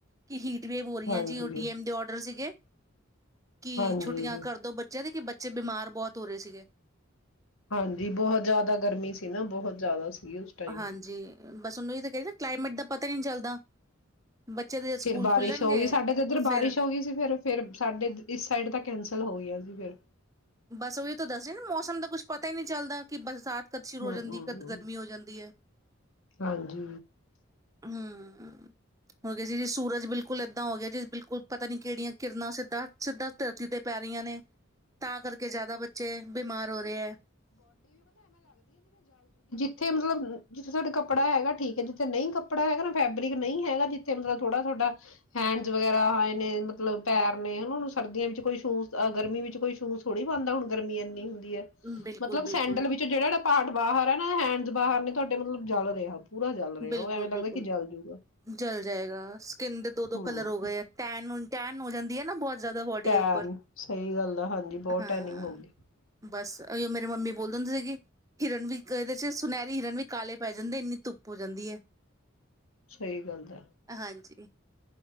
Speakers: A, on the right (about 15°); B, on the left (about 80°).
A: ਕਿ ਹੀਟ। ਗਰੇਵ ਹੋ ਰਹੀਆਂ
B: ਹਾਂਜੀ
A: ਜੀ ਉਹ ਡੀਐਮ ਦੇ ਔਡਰ ਸੀਗੇ ਕਿ
B: ਹਾਂਜੀ
A: ਛੁੱਟੀਆਂ ਕਰਦੋ ਬੱਚਿਆਂ ਦੇ ਕਿ। ਬੱਚੇ ਬਿਮਾਰ। ਬਹੁਤ ਹੋ ਰਹੇ ਸੀ ਗੇ।
B: ਹਾਂਜੀ ਬਹੁਤ ਜ਼ਿਆਦਾ ਗਰਮੀ ਸੀ ਨਾ ਬਹੁਤ ਜ਼ਿਆਦਾ ਸੀ। ਉਸ ਟਾਈਮ
A: ਹਾਂਜੀ ਬਸ ਉਹਨੂੰ ਇਹ ਤਾਂ ਕਹਿ ਕਲਾਈਮੇਟ ਦਾ ਪਤਾ ਹੀ ਨਹੀਂ ਚੱਲਦਾ। ਬੱਚੇ ਦੇ ਸਕੂਲ
B: ਫੇਰ ਬਾਰਿਸ਼
A: ਖੁੱਲਣਗੇ
B: ਹੋ ਗਈ ਸਾਡੇ ਏਧਰ ਤਾਂ ਬਾਰਿਸ਼
A: ਫਿਰ
B: ਹੋ ਗਈ ਸੀ ਫੇਰ ਫਿਰ ਸਾਡੇ ਇਸ ਸਾਈਡ ਤਾਂ ਕੈਂਸਲ ਹੋ ਗਏ। ਫੇਰ।
A: ਬਸ ਉਹੀ ਤਾਂ ਦੱਸਦੇ ਨਾ ਮੌਸਮ ਦਾ ਕੁਛ ਪਤਾ ਹੀ ਨਹੀਂ ਚੱਲਦਾ ਕਿ ਬਰਸਾਤ ਕਦ ਸ਼ੁਰੂ
B: ਹਮ
A: ਹੋ ਜਾਂਦੀ
B: ਹਮ
A: ਕਦ ਗਰਮੀ ਹੋ ਜਾਂਦੀ ਹੈ
B: ਹਾਂਜੀ
A: ਹੂੰ। ਹੂੰ ਹੁਣ ਦੇਖੀਆਂ ਜੀ ਸੂਰਜ ਬਿਲਕੁਲ ਏਦਾਂ ਹੋ ਗਿਆ ਜੀ ਬਿਲਕੁਲ ਪਤਾ ਨੀ ਕਿਹੜੀਆਂ ਕਿਰਨਾਂ ਸਿੱਧਾ ਸਿੱਧਾ ਧਰਤੀ ਤੇ ਪੈ ਰਹੀਆਂ ਨੇ। ਤਾਂ ਕਰਕੇ ਜ਼ਿਆਦਾ ਬੱਚੇ ਬਿਮਾਰ ਹੋ ਰਹੇ ਹੈ।
B: ਇੱਥੇ ਮਤਲਬ ਜਿੱਥੇ ਤੁਹਾਡਾ ਕੱਪੜਾ ਹੈਗਾ ਠੀਕ ਹੈ ਜਿੱਥੇ ਨਹੀਂ ਕੱਪੜਾ ਹੈਗਾ ਨਾ ਫੈਬਰਿਕ ਨਹੀਂ ਹੈਗਾ ਜਿੱਥੇ ਮਤਲਬ ਥੋੜਾ ਤੁਹਾਡਾ ਹੈਂਡਸ ਵਗੈਰਾ ਆਏ ਨੇ ਮਤਲਬ ਪੈਰ ਨੇ ਹਨਾ ਸਰਦੀਆਂ ਵਿੱਚ ਕੋਈ ਸ਼ੂਜ਼ ਗਰਮੀ ਵਿੱਚ ਕੋਈ ਸ਼ੂਜ਼ ਥੋੜ੍ਹੀ ਪਾਉਂਦਾ ਹੁਣ ਗਰਮੀ ਇੰਨੀ ਹੁੰਦੀ। ਹੁੰਦੀ ਹੈ।
A: ਬਿਲਕੁਲ
B: ਮਤਲਬ
A: ਬਿਲਕੁਲ
B: ਸੈਂਡਲ ਵਿੱਚ ਜਿਹੜਾ ਜਿਹੜਾ। ਪਾਰਟ ਬਾਹਰ ਆ ਨਾ ਹੈਂਡਸ ਬਾਹਰ ਨੇ ਤੁਹਾਡੇ ਮਤਲਬ ਜਲ ਰਿਹਾ। ਪੂਰਾ ਜਲ ਰਿਹਾ
A: ਬਿਲਕੁਲ
B: ਉਹ ਐਵੇਂ ਲੱਗਦਾ
A: ਬਿਲਕੁਲ
B: ਕਿ ਜਲ ਜੂਗਾ
A: ਜਲ ਜਾਏਗਾ ਸਕਿੰਨ ਦੇ ਦੋ ਦੋ
B: ਹੂੰ
A: ਕਲਰ ਹੋ ਗਏ ਆ ਟੈਨ। ਟੈਨ ਹੋ ਜਾਂਦੀ ਹੈ ਨਾ ਬਹੁਤ। ਜ਼ਿਆਦਾ ਬੋਡੀ
B: ਟੈਨ
A: ਦੇ ਉੱਪਰ
B: ਸਹੀ ਗੱਲ ਆ ਹਾਂਜੀ ਬਹੁਤ
A: ਹਾਂ
B: ਟੈਨਿੰਗ ਹੋ ਗਈ
A: ਬਸ ਮੇਰੀ ਮੰਮੀ ਬਲੋਦੀ। ਹੁੰਦੀ ਸੀਗੀ ਕਿਰਨ ਵੀ ਇੱਕ ਇਹਦੇ ਚ ਸੁਨਹਿਰੀ ਹਿਰਨ ਵੀ ਕਾਲੇ ਪੈ ਜਾਂਦੇ ਇੰਨੀ ਧੁੱਪ। ਹੋ ਜਾਂਦੀ ਹੈ।
B: ਸਹੀ ਗੱਲ ਹੈ।
A: ਹਾਂਜੀ